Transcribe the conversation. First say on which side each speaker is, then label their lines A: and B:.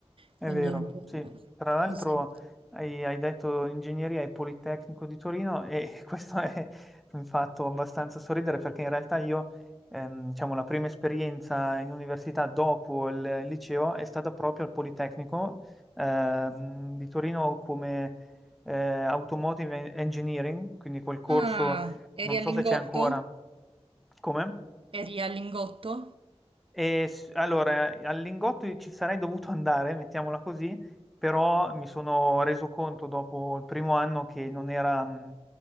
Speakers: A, on the right; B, in the centre.
A: quindi
B: È vero,
A: è un po'
B: sì. Tra l'altro
A: così.
B: hai, hai detto ingegneria e Politecnico di Torino e <laughs> questo è un fatto abbastanza sorridere perché in realtà io, ehm, diciamo, la prima esperienza in università dopo il liceo è stata proprio al Politecnico ehm, di Torino come eh, Automotive Engineering, quindi quel corso,
A: Ah,
B: non
A: eri al
B: so
A: Lingotto?
B: se c'è ancora. Come?
A: Eri al Lingotto?
B: E s- allora, al Lingotto ci sarei dovuto andare, mettiamola così, però mi sono reso conto dopo il primo anno che non era mh,